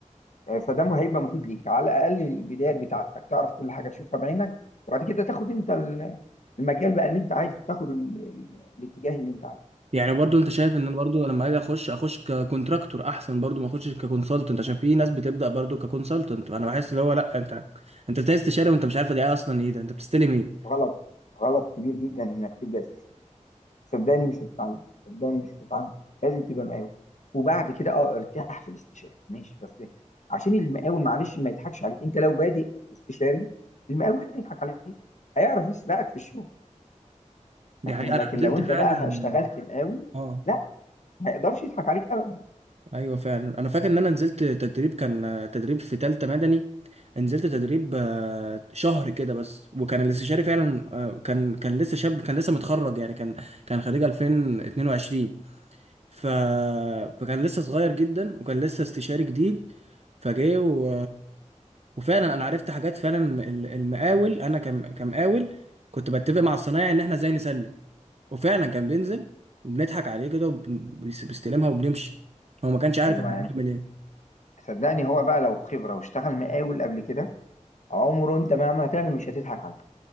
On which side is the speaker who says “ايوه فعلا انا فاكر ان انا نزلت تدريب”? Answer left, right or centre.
Right